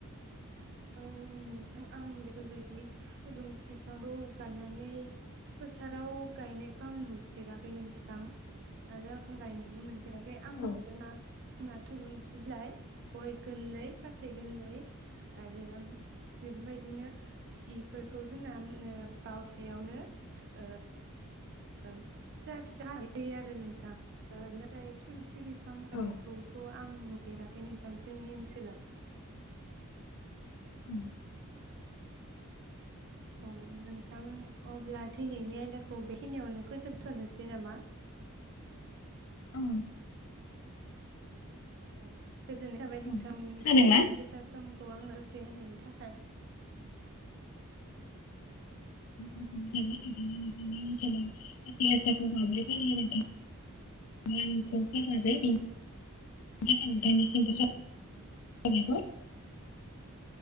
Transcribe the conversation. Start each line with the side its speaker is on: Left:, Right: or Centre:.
Right: औ नोंथां आं बे फोरबायदि थुलुंसि फांखौ गायनानै फोथाराव गायनायखौ आं नुफेराखै नोंथां आरो आं गायनोबो मोन फेराखै आं
Left: औ
Right: नुदोंना ना थुलुंसि बिलाय गय गोरलै फाथै गोरलै आरो बेफोरबायदिनो इफोरखौ जोंना ओ बावथायावनो ओ फिसा फिसा <unintelligible> आरो नोंथां ओ नाथाय थुलुंसि बि बिफां गायायखौथ'
Left: औ
Right: आं नु फेराखै नोंथां जोंनि ओनसोलाव
Left: <inaudible>
Right: औ नोंथां अब्ला दिनैनि आयदाखौ बेखिनियावनो फोजोबथ'नोसै नामा?
Left: ओं
Right: औ गोजोननाय थाबाय नोंथांनिसिम
Left: औ खोनादोंना?
Right: बेसेन गोसा समख खौ आंनो दसे होनायनि थाखाय।
Left: <unintelligible>